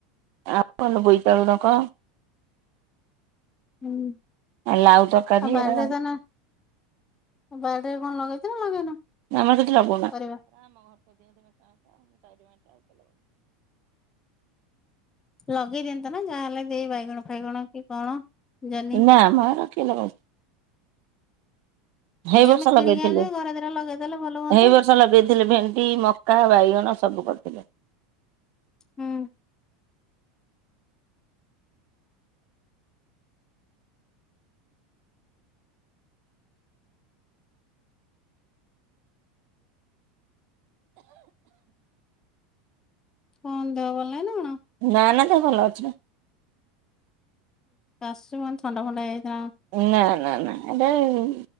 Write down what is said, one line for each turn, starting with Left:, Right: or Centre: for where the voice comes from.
Right: ଆଉ କଣ ବୋଇତାଳୁ ଡଙ୍କ।
Left: ହୁଁ
Right: ଲାଉ ତରକାରୀ
Left: <inaudible>
Right: ଏରା
Left: ବାରଟାରେ କଣ ଲଗେଇଛ ନା ଲଗେଇନ?
Right: ଆମର କିଛି ଲଗାଉନା
Left: ପରିବା?
Right: <inaudible>
Left: ଲଗେଇ ଦିଅନ୍ତନା ଯାହାହଲେ ଦେଇ ବାଇଗଣ ଫାଇଗଣ କି କଣ? ଜହ୍ନି
Right: ନା ଆମର କିଏ ଲଗଉଛି? ଏଇ
Left: ଆମେ
Right: ବର୍ଷ
Left: କିଣିକି
Right: ଲଗେଇଥିଲେ
Left: ଆଣୁଛୁ ଘରେ ଦିଟା ଲଗେଇଦେଲେ ଭଲ ହୁଅନ୍ତା
Right: ଏଇ ବର୍ଷ ଲଗେଇଥିଲେ ଭେଣ୍ଡି ମ କା ବାଇଗଣ ସବୁ କରିଥିଲେ।
Left: ହୁଁ। କଣ ଦେହ ଭଲ ନାଇନା କଣ?
Right: ନା ନା ଦେହ ଭଲ ଅଛି।
Left: କାଶ କୁନ ଥଣ୍ଡା ଫଣ୍ଡା ହେଇଯାଇଥିବ।
Right: ନା ନା ନା ଏଟା ବେଳେ